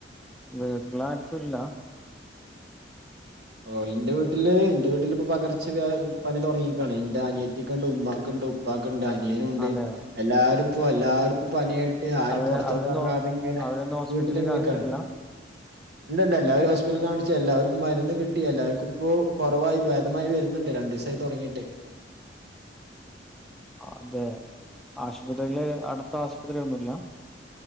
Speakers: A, in the centre; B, on the right.
A: വീട്ടിലാർക്കുല്ല
B: ഓ ഇന്റെ വീ ട്ടില് ഇന്റെ വീട്ടില് ഇപ്പൊ പകർച്ച വ്യാ പനി തുടങ്ങീക്കാണ് ഇന്റെ അനിയത്തിക്ക്ണ്ട് ഉമമാക്ക്ണ്ട് ഉ പ്പാക്ക്ണ്ട് അനിയനുണ്ട്
A: അതെ
B: എല്ലാരുപ്പോ എല്ലാർക്കുപ്പ പനിയായി ട്ട് ആരും
A: അവര്
B: പൊറത്ത്ക്കറങ്ങാതെങ്ങനെ
A: അവരൊന്നും ഹോ- അവരൊന്നും ഹോസ്പിറ്റലിൽ
B: വീട്ടില്ങ്ങ്
A: കാണിച്ചിട്ടില്ല
B: നിക്കാണ് ഇണ്ട് ഇണ്ട് എല്ലാരും ഹോസ്പിറ്റല് കാണിച്ച് എല്ലാവർക്കും മരുന്ന് കി ട്ടി എല്ലാവർക്ക്പ്പോ കൊറവായി ഭേദമായി വരുന്നുണ്ട് രണ്ടീസായി തൊടങ്ങീട്ട്
A: അതെ ആശുപത്രീല് അടുത്ത് ആശുപത്രിന്നുല്ല